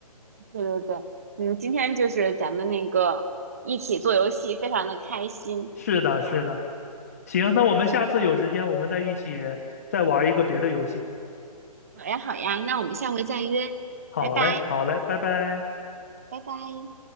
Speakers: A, on the right (about 25°); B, on the left (about 25°).
A: 对对对，嗯，今天就是咱们那个一起做游戏，非常的开心。
B: 是的，是的，行，那我们下次有时间我们再一起再玩一个别的游戏。
A: 好呀，好呀，那我们下回再约，
B: 好嘞，
A: 拜拜，
B: 好嘞，拜拜。
A: 拜拜。